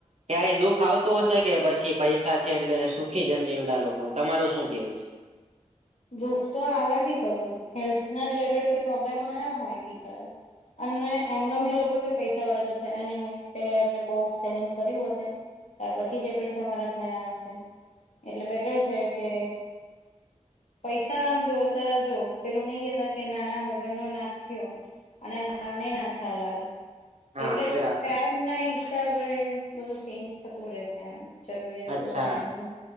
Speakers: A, on the right (about 60°); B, on the left (about 65°).
A: ક્યારે દુખ આવ હશે કે પછી પૈસા છે એટલે સુખી જશે એવડા લોકો તમારું શું કેવું છે.
B: ભુખ તો આવે બી કરું હેલ્થ ના રિલેટેડ કોઈ પ્રોબ્લેમ આવ્યા હોય બી કરે. અને એમને મેં લોકો કે પૈસા વાળા તો થયા નહી હોય પેલા એમને બહ સહેન કર્યું હશે. ત્યાર પછી જે પૈસા મારા થયા હશે એટલે બેટર છે કે. પૈસા આમ જોતા જો પેલું નહી કેતા કે નાના વગરનો ના થયો. અને નાની ના થા લાલ.
A: હા
B: એટલે
A: બરાબર
B: ટાઈમ ના હિસાબે બધું ચેન્જ થતું રહેે છે. એ જરૂરિયાતો
A: અચ્છા
B: ને બધું